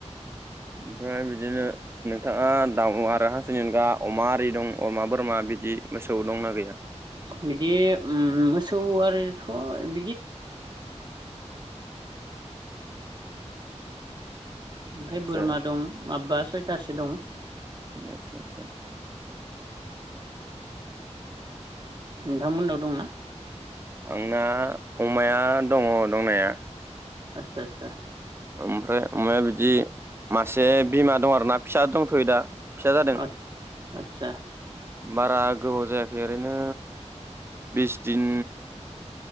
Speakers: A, on the right; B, on the right.
A: ओमफ्राय बिदिनो। नोंथाङा दाउ आरो हांसोनि अनगा अमा आरि दं अमा बोरमा बिदि मोसौ दंना गैया!
B: बिदि मोसौ ओम ओमफ्राय
A: आदसा
B: बोरमा दं माबबा सय खासि दं।
A: <unintelligible>
B: नोंथांमोननाव दंना
A: आंना अमाया दङ दंनाया
B: आतसा आतसा
A: ओमफ्राय ओमाया बिदि मासे बिमा दं आरोना फिसा दंथ' दा फिसा जादों
B: आचचसा
A: बारा गोबाव जायाखै ओरैनो बिस दिन